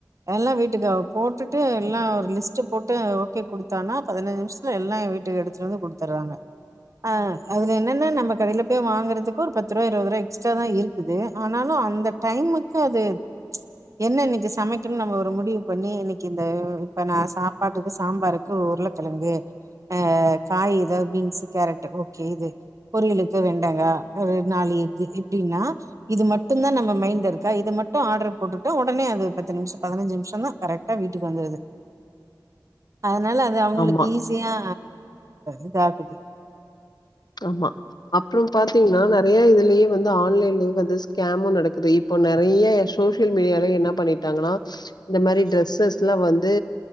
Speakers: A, on the right (about 45°); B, on the left (about 70°).
A: எல்லா வீட்டுக்கு அவ போட்டுட்டு எல்லா ஒரு லிஸ்ட்டு போட்டு ஓகே குடுத்தானா பதினஞ்சு நிம்ஷ துல எல்லா வீட்டுக்கு எடுத்துட்டு வந்து குடுத்தர்றாங்க ஆ அதுல என்னன்னா நம்ம கடைல போய் வாங்கறதுக்கு ஒரு பத்துருவா, இருவதுருவா எக்ஸ்ட்ராதா இருக்குது ஆனாலு அந்த டைமுக்கு அது என்ன இன்னைக்கி சமைக்கணுன் நம்ம ஒரு முடிவு பண்ணி இன்னைக்கி இந்த இப்ப நா சாப்பாட்டுக்கு சாம்பாருக்கு உருளக் கெழங்கு அ காய் எதோ பீன்ஸு, கேரட்டு ஓகே இது பொரியலுக்கு வெண்டகா ஒரு நாலு இது எப்டின்னா இது மட்டுந்தா நம்ம மைண்ட்ல இருக்கா இத மட் டு ஆட்ரு போட்டுட்டு ஒடனே அது பத்து நிம்ஷோ பதினஞ்சு நிம்ஷோ தா கரெக்ட்டா வீட்டுக் வந்துருது அதனால அது அவங்களுக்கு
B: ஆமா.
A: ஈஸியா இதாகுது
B: ஆமா அப்பறோ பாத்திங்ன்னா நறைய இதுலே வந்து ஆன்லைன்லயே வந்து ஸ்கேமு நடக்குது இப்ப நறைய சோசியல் மீடியாலே என்னா பண்ணிட்டாங்கன்னா இந்த மாரி ட்ரெஸ்ஸஸ்லா வந்து